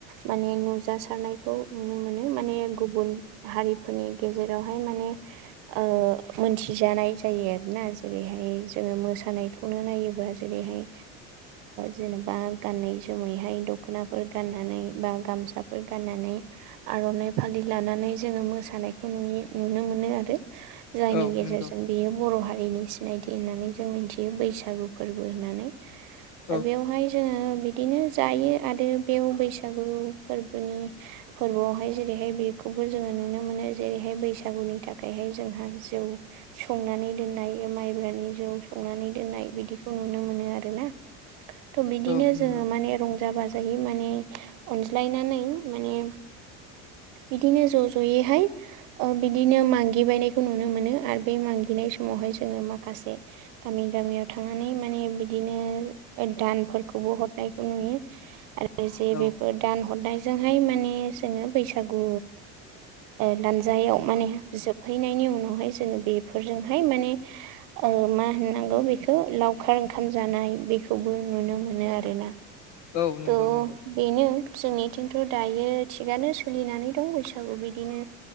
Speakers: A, on the right (about 65°); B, on the left (about 55°).
A: माने नुजासारनायखौ नुनो मोनो माने गुबुन हारिफोरनि गेजेरावहाय माने औ मोनथिजानाय जायो आरोना जेरैहाय जोङो मोसा नायखौनो नायोबा जेरैहाय जेनेबा गानैनाय जोमैहाय दख'नाफोर गाननानै बा गामसाफोर गाननानै आर'नाइ फालि लानानै जोङो मोसानायखौ नु नुनो मोनो आरो। जायनि
B: औ
A: गेजेरजों
B: नंगौ
A: बियो बर' हारिनि सिनायथि होननानै जों मिथियो बैसागु फोरबो होननानै। दा
B: औ
A: बेवहाय जोङो बि बिदिनो जायो आरो बेयाव बैसागु फोरबोनि फोरबोआवहाय जेरैहाय बेखौबो जोंङो नुनो मोनो जेरैहाय बैसागुनि थाखायहाय जोंहा जौ संनानै दोननाय माइब्रानि जौ सं बि नुनो मोनोना बिदिनो
B: औ नंगौ
A: जोंहा मानै रंजा बाजा ओमफ्रायो माने अनज्लायनानै माने बिदिनो ज' ज'यैहाय बिदिनो मागिबायनायखौ नुनो मोनो आरो बे मागिनाय समावहाय जोंङो माखासे गामि गामियाव थांनानै माने बिदिनो दानफोरखौबो हरनायखौ नुयो आरो जे
B: औ
A: बेफोर दान हरनाय जोंहाय माने जोंङो बैसागु लानजायाव माने जोबहैनायनि उनावहाय जोङो बेफोरजोंहाय माने मा होननांगौ बेखौ लावखार ओंखाम जानाय बेखौबो नुनो मोनो आरोना
B: औ नंगौ
A: त'
B: नंगौ
A: बेनो जोंनिथिंथ' दायो थिगनो सोलिनानै दं बैसागु बिदिनो